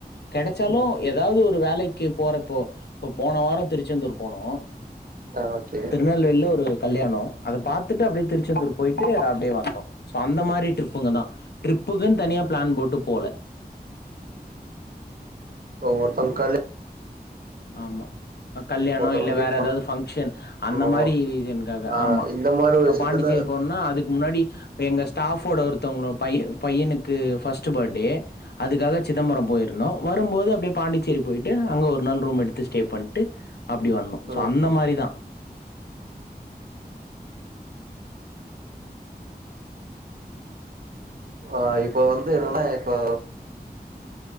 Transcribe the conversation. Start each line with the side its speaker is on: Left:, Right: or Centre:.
Left: கிடைச்சாலும்
Right: ம்
Left: ஏதாவது ஒரு வேலைக்கு போறப்போ இப் போன வாரம் திருச்செந்தூர் போனோம்
Right: ஆ ஓகே
Left: திருநெல்வேலில ஒரு கல்யாணம் அதை பாத்துட்டு அப்படியே திருச்செந்தூர் போயிட்டு அப்படியே வந்தோம் சோ அந்த மாதிரி டிரிப்புங்கதான் டிரிப்புக்குன்னு தனியா பிளான் போட்டு போல
Right: ஒருத்தவங்க கல்யாணம்
Left: ஆமா கல்யாணம்
Right: ஒருத்தவங்க
Left: இல்ல
Right: மீட்
Left: வேற ஏதாவது பங்ஷன்னு
Right: பண்ணணு
Left: அந்த மாதிரி ரீசனுக்காக
Right: ஆ
Left: ஆமா
Right: இந்த மாரி
Left: இப்ப
Right: ஒரு விஷயத்துல
Left: பாண்டிச்சேரி போனோம்னா அதுக்கு முன்னாடி எங்க ஸ்டாப் ஒருத்தவங்களோட பைய பையனுக்கு பஸ்ட் ஃபர்ஸ்ட் பர்த்டே அதுக்காக சிதம்பரம் போயிருந்தோம் வந்து வரும்போது அப்டியே பாண்டிச்சேரி போயிட்டோம் அங்க ஒரு நான் ரூம் எடுத்து ஸ்டே பண்ட்டு அப்டி வந்தோம் சோ
Right: ம்
Left: அந்த
Right: ம்
Left: மாதிரி தான்
Right: ஆஹ் இப்ப வந்து என்னன்னா இப்ப